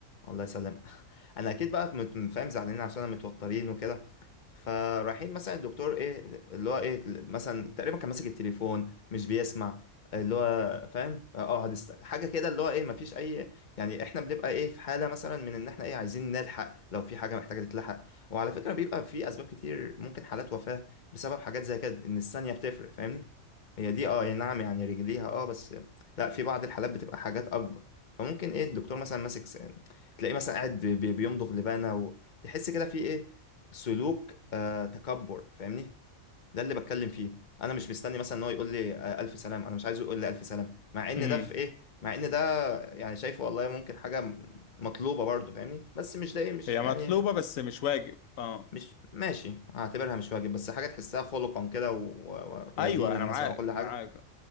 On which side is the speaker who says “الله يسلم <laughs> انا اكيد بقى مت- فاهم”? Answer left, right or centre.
Left